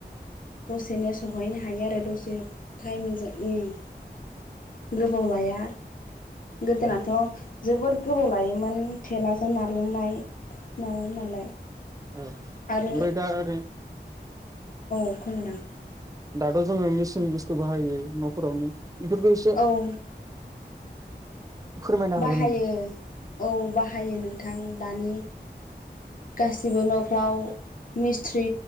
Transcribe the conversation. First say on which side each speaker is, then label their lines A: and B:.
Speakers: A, on the left (about 50°); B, on the right (about 20°).
A: दसेनो सहैनो हायो आरो, दसे टाइम जों उम गोबाव लाया। गोदोनाथ'
B: औ
A: जोबोर गोबाव लायोमोन थेलाजों नारलांनाय नारो नालाय।
B: उम औमफ्राय
A: आरो
B: दा आरो
A: औ खोनादोंं।
B: दाथ' जोङो मेचिन बुस्थु बाहायो न'फोरावनो, बेफोरखौ एसे
A: औ
B: फोरमायनो हागोन
A: बाहायो।
B: नामा
A: औ बाहायो नोंथां, दानि गासिबो न'फ्राव मिस्ट्रि